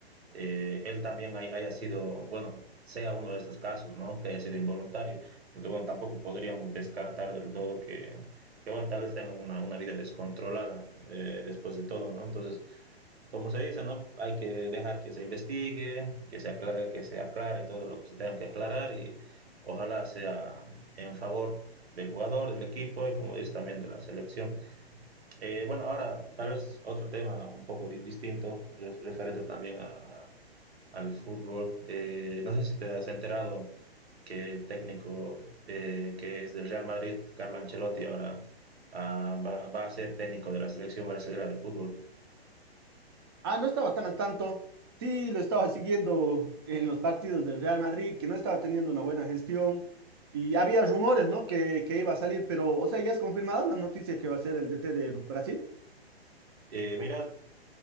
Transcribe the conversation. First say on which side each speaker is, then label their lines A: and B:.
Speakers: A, on the right; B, on the right.
A: eh, él también hay- haya sido, bueno, sea uno de esos casos, ¿no? Que haya sido involuntario, porque bueno, tampoco podríamos descartar del todo que, que bueno, tal vez tenga una, una vida descontrolada eh, después de todo, ¿no? Entonces, como se dice, ¿no? Hay que dejar que se investigue, que se aclare, que se aclare todo lo que se tenga que aclarar y ojalá sea en favor del jugador, del equipo y como dice también de la selección. Eh, bueno, ahora tal vez otro tema un poco di- distinto, ref- referente también a- al fútbol. Eh, no sé si te has enterado que el técnico eh, que es del Real Madrid, Carlo Ancelotti, ahora ah, va, va a ser técnico de la selección brasileña de fútbol.
B: Ah, no estaba tan al tanto. Sí, lo estaba siguiendo en los partidos del Real Madrid, que no estaba teniendo una buena gestión. Y había rumores, ¿no? Que, que iba a salir, pero, o sea, ya es confirmada la noticia que va a ser el DT de Brasil.
A: Eh, mira,